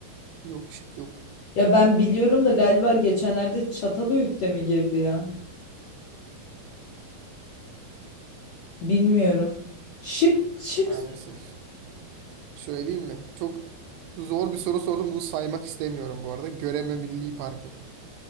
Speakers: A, on the right (about 80°); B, on the left (about 85°).
A: Yok şık yok.
B: Ya ben biliyorum da galiba geçenlerde Çatalhöyük'te mi girdi ya? Bilmiyorum. Şık şık.
A: Maalesef. Söyleyeyim mi? Çok zor bir soru sordum. Bunu saymak istemiyorum bu arada. Göreme Milli Parkı.